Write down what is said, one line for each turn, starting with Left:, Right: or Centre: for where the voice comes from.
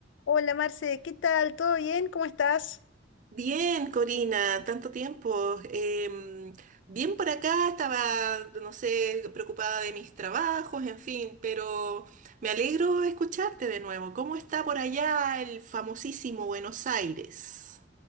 Left: Hola Marce, ¿qué tal? ¿Todo bien? ¿Cómo estás?
Right: Bien, Corina, tanto tiempo. Em, bien por acá, estaba, no sé, preocupada de mis trabajos, en fin, pero me alegro de escucharte de nuevo. ¿Cómo está por allá el famosísimo Buenos Aires?